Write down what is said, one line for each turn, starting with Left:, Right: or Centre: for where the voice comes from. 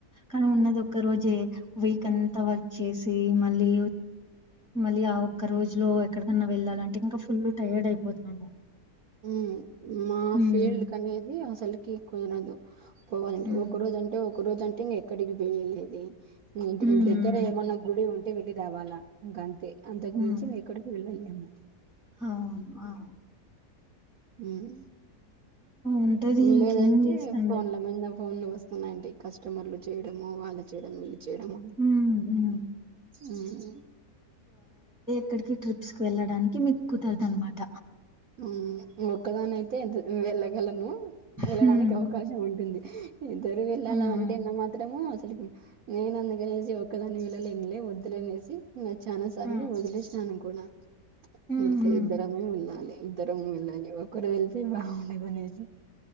Centre: కానీ ఉన్నది ఒక్క రోజే వీక్ అంతా వర్క్ చేసి మళ్ళీ మళ్ళీ ఆ ఒక్క రోజులో ఎక్కడికన్నా వెళ్ళాలంటే ఇంకా ఫుల్ టైర్డ్ అయిపోతాము
Right: ఉమ్ మా
Centre: హ్మ్.
Right: ఫీల్డ్ కనేది అసలుకిక్కునదు పోవాలంటడి
Centre: హ్మ్.
Right: ఒక రోజు అంటే ఒక రోజు అంటే ఇంక ఎక్కడికి వెళ్ళలేది
Centre: హ్మ్.
Right: దగ్గర ఏమన్నా గుడి ఉంట అ వెళ్ళి రావాలా ఇంకా అంతే అంతకు
Centre: హ్మ్.
Right: మించి మే ఎక్కడికి వెళ్ళలేం అను
Centre: అవును అ
Right: హమ్
Centre: ఉంటది ఇంకేం
Right: లేదంటే
Centre: చేస్తాం
Right: ఫోన్ల
Centre: చెప్పు.
Right: మింద ఫోన్లు వస్తున్నాయండి కస్టమర్లు చేయడమో వాళ్ళు చేయడమో చేయడమో
Centre: హ్మ్. హ్మ్.
Right: హ్మ్మ్
Centre: ఇక్కడికి ట్రిప్స్కిి వెళ్ళడానికి మీకు కుదరదు అనమాట
Right: హ్మ్మ్ ఒకదానీ అయితే ఎ వెళ్ళగలను వెళ్ళడానికి
Centre: హ్మ్.
Right: అవకాశం ఉంటుంది ఆ ఇద్దరు వెళ్ళాల
Centre: హుహు.
Right: అంటేన్న మాత్రము నేను అందుకనేసి ఒకదాని వెళ్లలేం వదులనేసి ఇ చానా సార్లు
Centre: హ్మ్.
Right: వదిలేసి స్నాన పనా
Centre: హుహు.
Right: వెళ్తే ఇద్దరమే వెళ్ళ ఇద్దరు వెళ్ళాలి ఒకరు వెళ్లితే బాగుండదనేసి